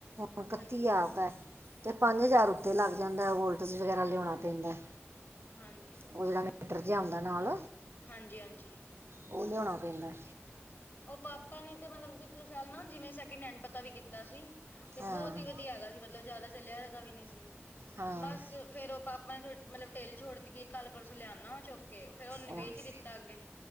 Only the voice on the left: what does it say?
ਹਾਂਜੀ
ਹਾਂਜੀ,
ਹਾਂਜੀ-ਹਾਂਜੀ।
ਉ ਪਾਪਾ ਨੇ ਤੇ ਮਤਲਬ ਪਿਛਲੇ ਸਾਲ ਨਾ ਜਿਵੇਂ ਸੈਕਿੰਡ ਹੈਂਡ ਪਤਾ ਵੀ ਕੀਤਾ ਸੀ। ਤੇ
ਬਹੁਤ ਹੀ ਵਧੀਆ ਹੈਗਾ ਸੀ ਮਤਲਬ ਜ਼ਿਆਦਾ ਚੱਲਿਆਦਾ ਵੀ ਨੀ ਸੀ।
ਬਸ ਫੇਰ ਉਹ ਪਾਪਾ ਨੇ ਮਤਲਬ ਢਿੱਲ ਛੋੜਤੀਈ ਕੱਲ ਪਰਸੋਂ ਲਿਆਉਦਾ, ਉਹ ਚੁੱਕ ਕੇ ਫੇਰ ਉਹਨੇ
ਵੇਚ ਹੀ ਦਿੱਤਾ ਅੱਗੇ।